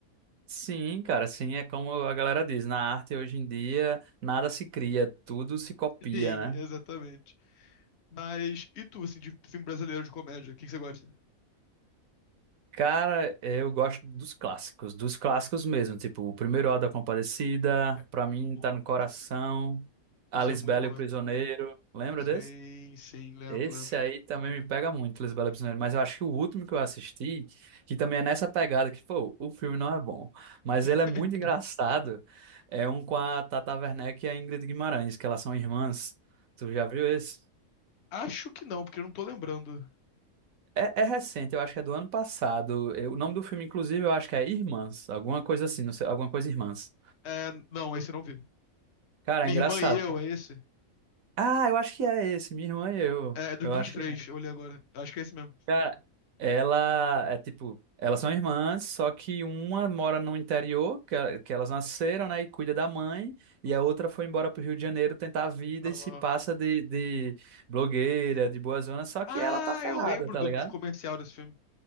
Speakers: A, on the right (about 70°); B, on the left (about 55°).
A: Sim, cara, sim, é como a galera diz. Na arte hoje em dia, nada se cria, tudo se copia,
B: Sim,
A: né?
B: exatamente. Mas, e tu, assim, de filme brasileiro de comédia, o que que você gosta?
A: Cara, eu gosto dos clássicos, dos clássicos mesmo. Tipo, o primeiro Auto da Compadecida,
B: Que é muito
A: pra mim
B: bom,
A: tá no coração.
B: nossa senhora.
A: Alice
B: Esse é muito
A: Bell
B: bom
A: e o
B: mesmo.
A: Prisioneiro. Lembra
B: Sim,
A: desse?
B: sim, lembro,
A: Esse
B: lembro.
A: aí também me pega muito, Lisbela Prisioneira, mas eu acho que o último que eu assisti, que também é nessa pegada, que, pô, o filme não é bom, mas
B: <laughs>
A: ele é muito engraçado, é um com a Tata Werneck e a Ingrid Guimarães, que elas são irmãs. Tu já viu esse?
B: Acho que não, porque eu não tô lembrando.
A: É, é recente, eu acho que é do ano passado. Eu- o nome do filme, inclusive, eu acho que é Irmãs, alguma coisa assim, não sei, alguma coisa Irmãs.
B: É, não, esse eu não vi.
A: Cara,
B: Minha
A: é engraçado,
B: irmã e eu,
A: pô.
B: é esse?
A: Ah, eu acho que é esse, Minha Irmã e Eu.
B: É, é 2023,
A: Eu acho
B: eu olhei agora. Acho que é esse mesmo.
A: Cara, ela é tipo, elas são irmãs, só que uma mora no interior, que, ela- que elas nasceram, né, e cuida da mãe, e a outra foi embora pro Rio de Janeiro tentar a vida
B: Aham.
A: e se passa de, de blogueira, de boa zona, só
B: Ah,
A: que ela tá ferrada,
B: eu lembro
A: tá
B: do,
A: ligado?
B: do comercial desse filme.